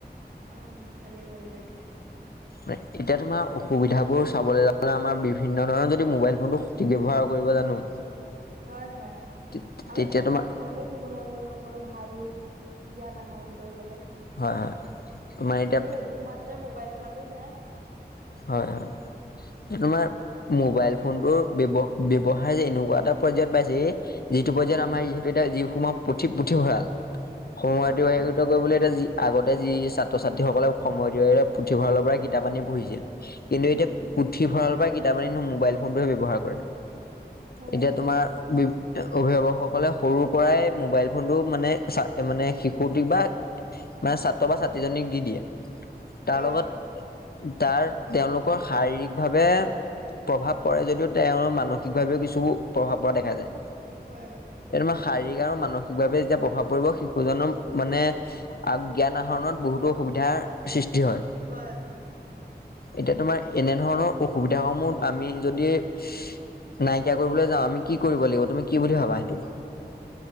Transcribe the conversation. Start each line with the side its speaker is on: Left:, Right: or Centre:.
Right: অ', ভালেই কৰিলা দিয়া।
Left: মানে এতিয়া তোমাৰ অসুবিধাবোৰ চাবলৈ <unintelligible> আমাৰ বিভিন্ন ধৰণৰ যদি মোবাইল ফোনটো ব্যৱহাৰ কৰিব জানো,
Right: হয় হয়
Left: তে-তেতিয়া
Right: আমি পঢ়া
Left: তোমাৰ
Right: শুনাতো ব্যৱহাৰ কৰিব পাৰো ভাল জ্ঞান আহৰণ কৰিবলে।
Left: হয়, হয়। তোমাৰ এতিয়া
Right: আমি অধিক মাত্ৰা মোবাইল চোৱাটোও বেয়া কথা।
Left: হয়, হয়, তোমাৰ মোবাইল ফোনটোৰ ব্যয় ব্যৱহাৰে যে এনেকুৱা এটা পৰ্যায়ত পাইছেহি যিটো পৰ্যায়ত আমাৰ যিহেতু এতিয়া যি সময় পুথি-পুথিভঁৰাল সময়টো
Right: হয় হয়।
Left: কৰিবলৈ এতিয়া যি আগতে যি ছাত্ৰ ছাত্ৰীসকলে সময় দি পেলাই পুথিভৰালৰ পৰাই কিতাপ আনি পঢ়িছিল। কিন্তু
Right: উম
Left: এতিয়া পুথিভঁৰালৰ পৰা কিতাপ আনি ন মোবাইল ফোনটোহে ব্যৱহাৰ কৰে।
Right: হ
Left: এতিয়া তোমাৰ বি অভিভাৱকসকলে সৰুৰ পৰাই মোবাইল ফোনটো মানে চা মানে শিশুটিক বা মানে ছাত্ৰ বা ছাত্ৰীজনীক দি দিয়ে,
Right: হয়
Left: তাৰ লগত
Right: হয়
Left: তাৰ তেওঁলোকৰ শাৰীৰিক ভাৱে প্ৰভাৱ পৰে যদিও তেওঁৰ মানসিকভাৱেও কিছু প্ৰভাৱ পৰা দেখা যায়।
Right: হয়, হয়।
Left: এইটোমা শাৰীৰিক আৰু মানসিকভা ৱেই যেতিয়া প্ৰভাৱ পৰিব শিশুজনৰ মানে, জ্ঞান আহৰণত বহুতো সুবিধাৰ সৃষ্টি হয়।
Right: হয়।
Left: এতিয়া তোমাৰ এনে ধৰণৰ অসুবিধা সমূহ আমি যদি নাইকিয়া কৰিবলৈ যাওঁ আমি কি কৰিব লাগিব? তুমি কি বুলি ভাবা সেইটো?